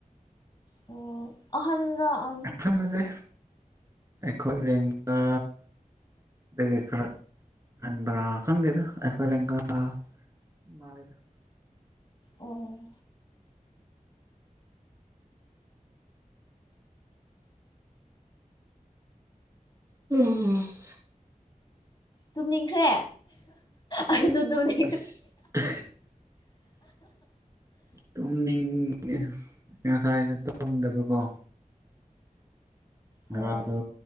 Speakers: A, on the left (about 30°); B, on the right (about 20°).
A: ꯑꯣ ꯑꯍꯟꯔꯥ ꯑꯉꯥꯡ
B: ꯑꯍꯟ ꯑꯣꯏꯗꯦ ꯑꯩꯈꯣꯏ ꯂꯦꯡꯒꯥ ꯑꯩꯗꯒꯤ ꯈꯔ ꯍꯟꯕ꯭ꯔꯥ ꯈꯪꯗꯦꯗ ꯑꯩꯈꯣꯏ ꯂꯦꯡꯒꯥ ꯃꯥꯜꯂꯦꯗ
A: ꯑꯣ
B: <unintelligible>
A: ꯇꯨꯝꯅꯤꯡꯈ꯭ꯔꯦ ꯑꯩꯁꯨ ꯇꯨꯝꯅꯤꯡ
B: ꯑꯁ ꯇꯨꯝꯅꯤꯡꯉꯦ ꯉꯁꯥꯏꯁꯨ ꯇꯨꯝꯗꯕꯀꯣ ꯉꯔꯥꯡꯁꯨ
A: ꯑꯣ